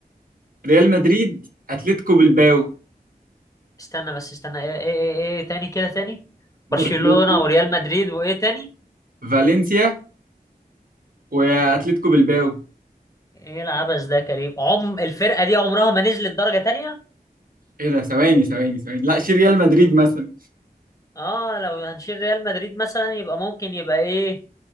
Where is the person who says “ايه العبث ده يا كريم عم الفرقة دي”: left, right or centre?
Left